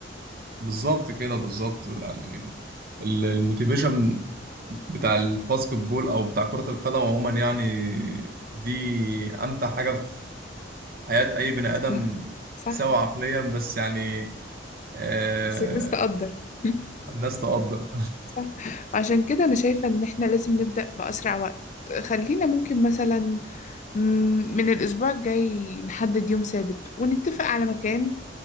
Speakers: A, on the right (about 55°); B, on the left (about 40°).
A: بالظبط كده بالظبط يعني ال- الموتيفيشن بتاع الباسكت بول او بتاع كرة القدم عموما يعني دي امتع حاجة في حياة اي بني
B: صح
A: ادم
B: صح
A: سواء عقليا بس يعني آه
B: بس الناس تقدر
A: الناس
B: <laughs>
A: تقدر
B: صح عشان كده أنا شايفة إن إحنا لازم نبدأ بأسرع وقت خلينا ممكن مثلا مم، من الأسبوع الجاي نحدد يوم ثابت ونتفق على مكان